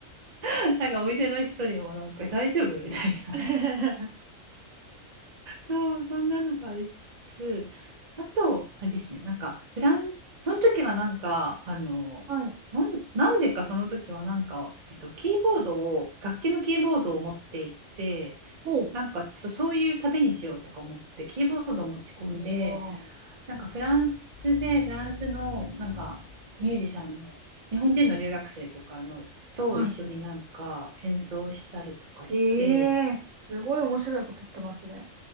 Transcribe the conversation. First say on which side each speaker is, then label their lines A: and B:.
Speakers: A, on the right; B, on the right.
A: <laughs> なんかお店の人にもなんかえ大丈夫みたいな。
B: あ。<laughs>
A: そう、そんなのがありつつ、あと、あれですね、なんか、フランス、その時はなんか、あの、
B: はい。
A: なん、なんでかその時はなんか、えっと、キーボードを、楽器のキーボードを持っていって、
B: ほ
A: なんか、そそういう旅にしようとか思って、キーボードを持ち込んで、
B: うわ
A: なんかフランスで、フランスの、なんか、ミュージシャンの、日本人の留学生とかの、と一緒になんか演奏したりとかして、
B: あ。はい。ええすごい面白いことしてますね。